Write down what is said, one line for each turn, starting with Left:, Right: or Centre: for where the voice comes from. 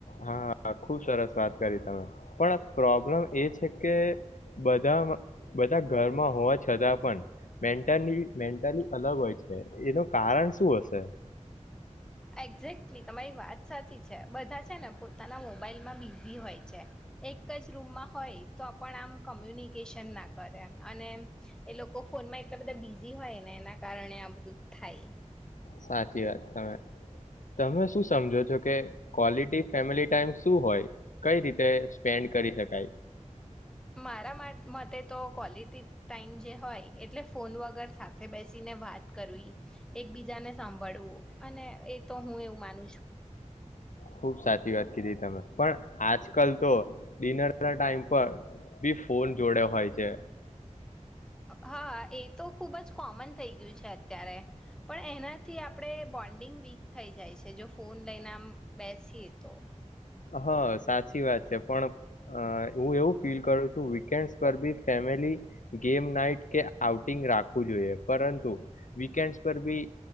Left: હા, ખુબ સરસ વાત કરી તમે પણ આ પ્રોબ્લેમ એ છે કે બધામાં બધા ઘરમાં હોવા છતાં પણ મેન્ટલી મેન્ટલી અલગ હોય છે એનું કારણ શું હશે?
Centre: એક્ઝેક્ટલી તમારી વાત સાચી છે બધા છે ને પોતાના મોબાઈલમાં બિઝી હોય છે એક જ રૂમમાં હોય તો પણ આમ કોમ્યુનિકેશન ના કરે એમ અને એ લોકો ફોનમાં એટલા બધા બિઝી હોયને એના કારણે આ બધું થાય.
Left: સાચી વાત તમે તમે શું સમજો છો કે ક્વોલિટી ફેમિલી ટાઈમ શું હોય? કઈ રીતે સ્પેન્ડ કરી શકાય?
Centre: મારા મતે તો ક્વોલિટી ટાઈમ જે હોય એટલે ફોન વગર સાથે બેસીને વાત કરવી એકબીજાને સાંભળવું અને એ તો હું એવું માનું છું.
Left: ખુબ સાચી વાત કીધી તમે પણ આજકાલ તો ડિનરના ટાઈમ પર બી ફોન જોડે હોય છે.
Centre: હા એ તો ખુબ જ કોમન થઈ ગયું છે અત્યારે પણ એનાથી આપણે બોન્ડિંગ વીક થઈ જાય છે જો ફોન લઈને આમ બેસીએ તો
Left: હ, સાચી વાત છે. પણ હું એવું ફીલ કરું છું વીકેન્ડ પર બી ફેમિલી ગેમ નાઈટ કે આઉટિન્ગ રાખવું જોઈએ પરંતુ વીકેન્ડસ પર બી